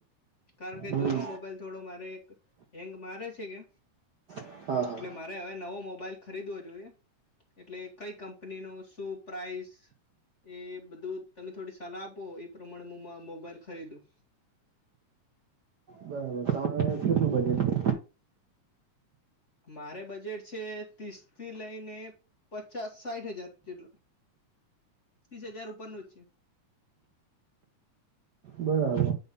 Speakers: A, on the left; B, on the right.
A: કારણ કે
B: હમ
A: જૂનો મોબાઈલ થોડો મારે એક હેંગ મારે છે કે.
B: હા હા
A: એટલે મારે હવે નવો મોબાઈલ ખરીદવો જોઈએ. એટલે કઈ કંપની નો શું પ્રાઇસ એ બધું તમે થોડી સલાહ આપો એ પ્રમાણે મો મોબાઈલ ખરીદું
B: બરાબર તમારે કેટલું બજેટ છે?
A: મારે બજેટ છે ત્રીસ થી લઈને પચાસ સાઠ હજાર જેટલો, ત્રીસ હજાર ઉપરનું જ છે.
B: બરાબર